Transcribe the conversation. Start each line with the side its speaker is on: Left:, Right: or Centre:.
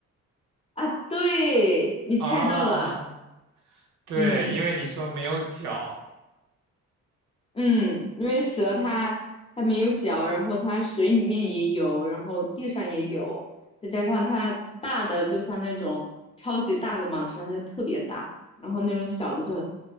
Left: 啊，对，你猜到了，
Right: 啊，对，
Left: 嗯。
Right: 因为你说没有脚，
Left: 嗯，因为蛇它它没有脚，然后它水里面也有，然后地上也有，再加上它大的就像那种超级大的蟒蛇，它就特别大，然后那种小的就